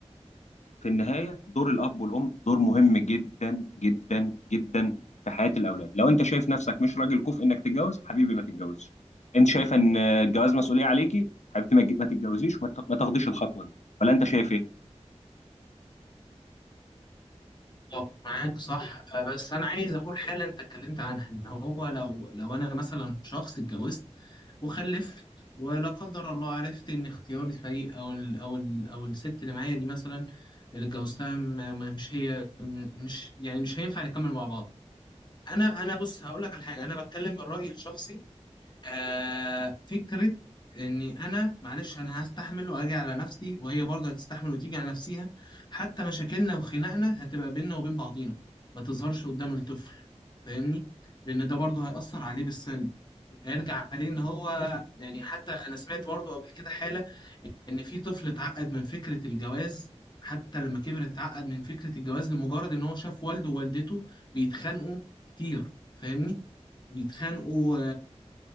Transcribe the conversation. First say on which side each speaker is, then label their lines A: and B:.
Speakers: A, on the left; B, on the left.
A: في النهاية دور الأب والأم دور مهم جدا جدا جدا في حياة الأولاد لو أنت شايف نفسك مش راجل كفء إنك تتجوز حبيبي ما تتجوزش أنت شايف إن الجواز مسؤولية عليكي حبيبتي ما ما تتجوزيش وما ت- ما تاخديش الخطوة دي ولا أنت شايف إيه؟
B: آه، معاك صح آه، بس أنا عايز أقول حالا أنت اتكلمت عنها إن هو لو لو أنا مثلا شخص اتجوزت وخلفت ولا قدر الله عرفت إن اختياري سيء أو ال أو ال أو الست اللي معايا دي مثلا اللي اتجوزتها ما- ما- مش هي م- مش يعني مش هينفع نكمل مع بعض أنا أنا بص هقول لك على حاجة أنا بتكلم من رأيي الشخصي آه فكرة إني أنا معلش أنا هستحمل وأجي على نفسي وهي برضه هتستحمل وتيجي على نفسيها حتى مشاكلنا وخناقنا هتبقى بيننا وبين بعضينا ما تظهرش قدام الطفل فاهمني؟ لأن ده برضه هيأثر عليه بالسلب هيرجع عليه إن هو يعني حتى أنا سمعت برضه قبل كده حالة إن في طفل اتعقد من فكرة الجواز حتى لما كبر اتعقد من فكرة الجواز لمجرد إن هو شاف والده ووالدته بيتخانقوا كتير فاهمني؟ بيتخانقوا